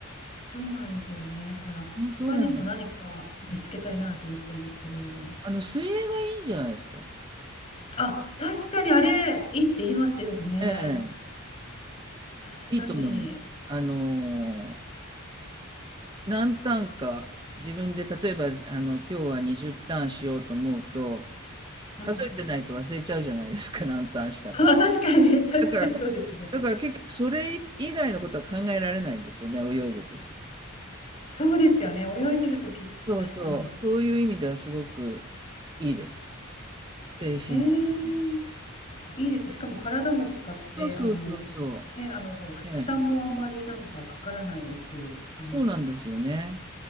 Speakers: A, on the left; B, on the right.
A: そうなんですよね。だから、
B: あ、
A: 他にも何か見つけたいなと思ってるんですけど。
B: そうなんです。あの、水泳がいいんじゃないですか。
A: あ、確かにあれ、いいって言いますよね。
B: ええ、
A: 確かに。
B: いいと思います。あのー何ターンか、自分で例えば、あの、今日は20ターンしようと思うと、
A: うん
B: 数えてないと忘れちゃうじゃないですか、<laughs> 何ターンしたか。
A: <laughs> あ、確かに。確かにそうですね。
B: だから、だから結局それ以外のことは考えられないんですよね、泳いでるとき。
A: そうですよね。泳いでる時って確かに。
B: そうそう、そういう意味ではすごくいいです。精神的に。
A: えー、いいですね。しかも体も使って、
B: そうそうそうそ
A: あの、ね、あの、
B: う。
A: ふ負担もあんまりなんかかからないし、
B: ええ
A: あの、
B: そうなんですよね。